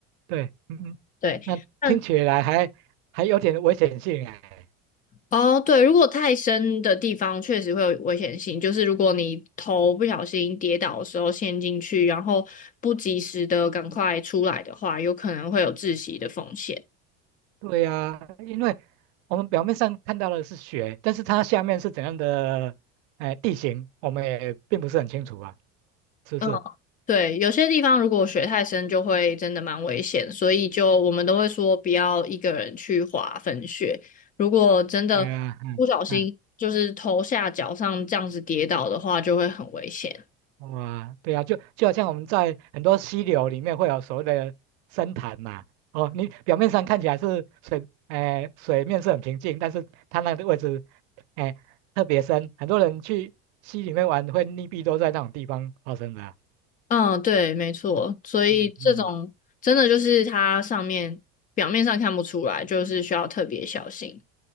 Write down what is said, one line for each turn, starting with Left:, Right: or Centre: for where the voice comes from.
Right: 对，嗯嗯，
Left: 对。
Right: 那听起来还还有点危险性哎，
Left: 但哦，对，如果太深的地方确实会有危险性，就是如果你头不小心跌倒的时候陷进去，然后不及时的赶快出来的话，有可能会有窒息的风险。
Right: 对呀，因为我们表面上看到的是雪，但是它下面是怎样的哎地形，我们也并不是很清楚啊，是不是？
Left: 嗯。对，有些地方如果水太深，就会真的蛮危险，所以就我们都会说不要一个人去滑粉雪。如果真的不小心就是头下脚上这样子跌倒的话，
Right: 对呀，嗯嗯，
Left: 就会很危险。
Right: 哇，对呀，就就好像我们在很多溪流里面会有所谓的深潭嘛，哦，你表面上看起来是水，哎、水面是很平静，但是它那个位置，哎、特别深，很多人去溪里面玩会溺毙都在那种地方发生的啊
Left: 嗯，对，没错。所以这种真的就是它上面表面上看不出来，
Right: 嗯嗯
Left: 就是需要特别小心。